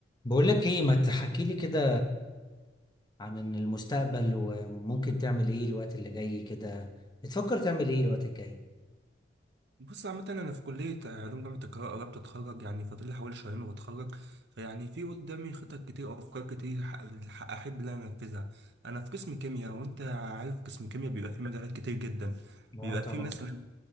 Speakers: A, on the left (about 20°); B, on the right (about 60°).
A: بقول لك ايه ما تحكي لي كده عن المستقبل وممكن تعمل ايه الوقت اللي جاي كده بتفكر تعمل ايه الوقت الجاي
B: بص عامة أنا في كلية علوم جامعة القاهرة قربت أتخرج يعني فاضل لي حوالي شهرين وبتخرج فيعني في قدامي خطط كتير وأفكار كتير ح- ح- أحب إن أنا أنفذها أنا في قسم كيمياء وأنت عارف قسم كيمياء بيبقى فيه مجالات كتير جدا
A: اه
B: بيبقى
A: طبعا
B: فيه مثلا